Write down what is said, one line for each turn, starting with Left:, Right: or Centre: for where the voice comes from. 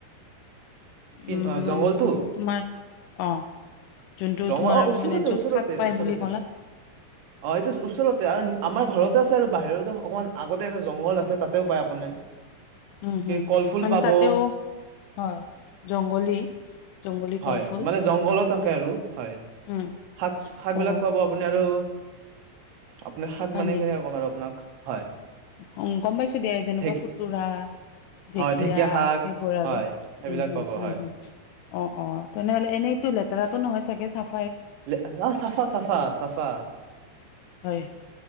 Right: কিন
Left: উম
Right: অ জংঘলটো?
Left: তোমাৰ অ। যোনটো
Right: জঙ
Left: তোমাৰ
Right: অ ওচৰতে-ওচৰতে-ওচৰতে,
Left: মানে য'ত শাক পাই বুলি ক'লা
Right: অ এইটো ওচৰতে আৰু নি আমাৰ ঘৰতে আছে আৰু বাহিৰতে অ অকমান আগত এ এটা জংঘল আছে তাতেও পায় আপুনি।
Left: উম হম,
Right: কলফুল
Left: মানে
Right: পাব
Left: তাতেও, হয় জংগলী জংগলী কলফুল
Right: হয় মানে জংঘলো থাকে
Left: উম
Right: আৰু, হয়
Left: উম,
Right: শাক-শাক
Left: অ
Right: বিলাক পাব আপুনি আৰু আপোনাৰ শাক
Left: হয়
Right: মানে
Left: নেকি
Right: কেনেকে কম আৰু আপোনাক। হয়।
Left: <unintelligible> গম পাইছো দিয়া যেনেকুৱা
Right: ঢেক
Left: খুতুৰা, ঢেকীয়া
Right: হয় শাক
Left: সেইবোৰ আৰু।
Right: হয় সেইবিলাক
Left: উম, হম,
Right: পাব
Left: হম,
Right: হয়
Left: হম, অ', অ। তেনেহলে এনেইতটো লেতেৰাতটো নহয় চাগে। চাফ
Right: লে আহ চফা চফা চফা।
Left: হয়।